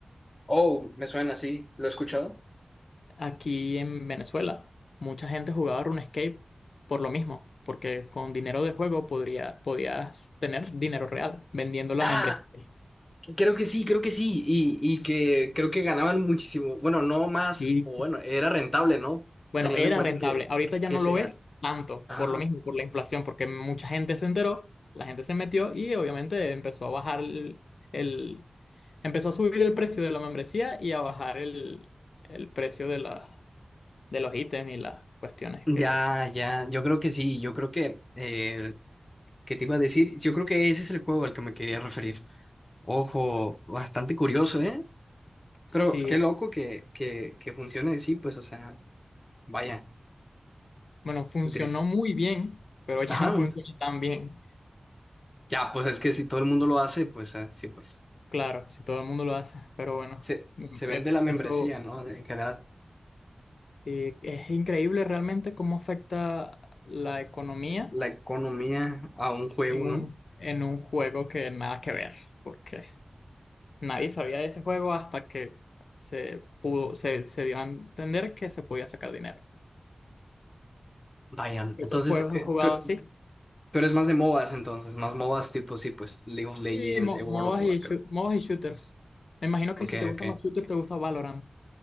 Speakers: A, on the left; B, on the left.
A: Oh, me suena, sí. ¿Lo he escuchado?
B: Aquí en Venezuela, mucha gente jugaba RuneScape por lo mismo, porque con dinero de juego podría, podías tener dinero real vendiendo la
A: Ah,
B: membresía.
A: creo que sí, creo que sí. Y, y que creo que ganaban muchísimo. Bueno, no más,
B: Sí,
A: o bueno, era rentable, ¿no?
B: Bueno,
A: Teniendo
B: era
A: en cuenta
B: rentable.
A: que,
B: Ahorita ya
A: que
B: no
A: sea.
B: lo es tanto,
A: Ajá.
B: por lo mismo, por la inflación, porque mucha gente se enteró, la gente se metió y obviamente empezó a bajar el, el- empezó a subir el precio de la membresía y a bajar el, el precio de la, de los ítems y las cuestiones
A: Ya,
B: que
A: ya, yo creo que sí, yo creo que, eh, ¿qué te iba a decir? Yo creo que ese es el juego al que me quería referir. Ojo, bastante curioso, ¿eh? Pero
B: sí
A: qué loco que, que, que funcione así, pues, o sea, vaya,
B: Bueno, funcionó
A: entonces,
B: muy bien, pero ya
A: ajá,
B: no funciona tan bien.
A: ya, pues es que si todo el mundo lo hace, pues ah, sí, pues,
B: Claro, si todo el mundo lo hace, pero bueno,
A: se,
B: mm,
A: se vende
B: es-
A: la membresía,
B: eso
A: ¿no? En general,
B: sí, es increíble realmente cómo afecta la economía
A: la economía a un juego,
B: en
A: ¿no?
B: un, en un juego que nada que ver, porque nadie sabía de ese juego hasta que se pudo, se, se dio a entender que se podía sacar dinero.
A: Vaya,
B: ¿Qué
A: entonces,
B: otros juegos
A: eh,
B: has jugado
A: tú,
B: así?
A: tú eres más de MOBAs, entonces, más MOBAs tipo, sí, pues, League of Legends,
B: Sí,
A: eh, World
B: mo-
A: of
B: MOBAs y,
A: Warcraft,
B: shoo- MOBAs y shooters. Me imagino que
A: ok,
B: si te gustan
A: ok.
B: los shooters, te gusta Valorant.